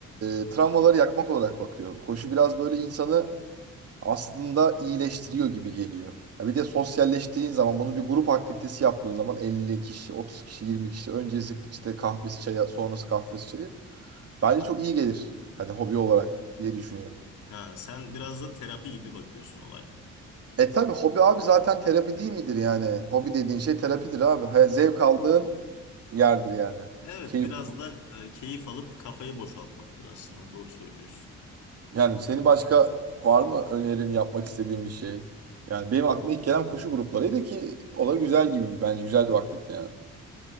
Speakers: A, on the right; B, on the left.
A: E, travmaları yakmak olarak bakıyorum. Koşu biraz böyle insanı aslında iyileştiriyor gibi geliyor. Ya bir de sosyalleştiğin zaman bunu bir grup aktivitesi yaptığın zaman 50 kişi, 30 kişi, 20 kişi öncesi işte kahvesi çaya, sonrası kahvesi çayı bence çok iyi gelir. Hani hobi olarak diye düşünüyorum.
B: ha, sen biraz da terapi gibi bakıyorsun olaya.
A: E tabii hobi abi zaten terapi değil midir yani? Hobi dediğin şey terapidir abi. Hayat zevk aldığın yerdir yani.
B: Evet
A: Keyif.
B: biraz da e, keyif alıp kafayı boşaltmaktır aslında doğru söylüyorsun.
A: Yani senin başka var mı önerin yapmak istediğin bir şey? Yani benim aklıma ilk gelen koşu gruplarıydı ki o da güzel gibi bence güzel bir aktivite yani.